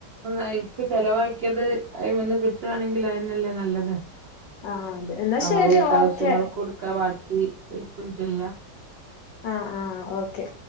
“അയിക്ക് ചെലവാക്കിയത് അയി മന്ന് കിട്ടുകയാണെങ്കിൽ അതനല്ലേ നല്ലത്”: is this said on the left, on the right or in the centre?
Right